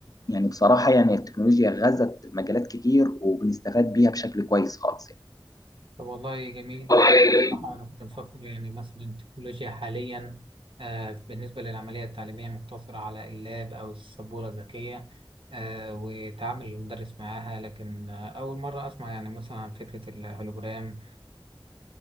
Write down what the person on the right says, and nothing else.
طب والله جميل
صراحة أنا كنت مفكر يعني مثلا التكنولوجيا حاليا آه بالنسبة للعملية التعليمية مقتصرة على اللاب أو السبورة الذكية آه وتعامل المدرس معاها لكن آه أول مرة أسمع يعني مثلا عن فكرة الهولوجرام